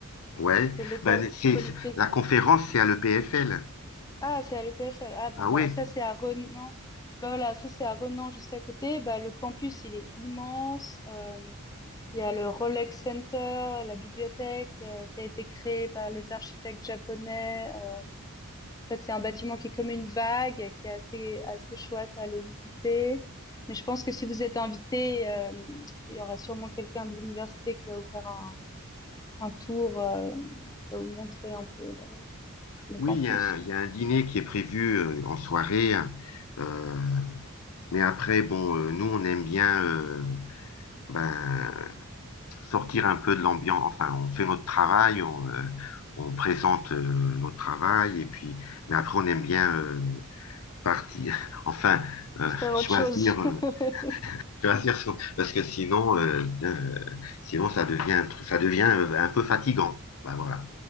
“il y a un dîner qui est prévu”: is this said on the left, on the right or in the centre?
Left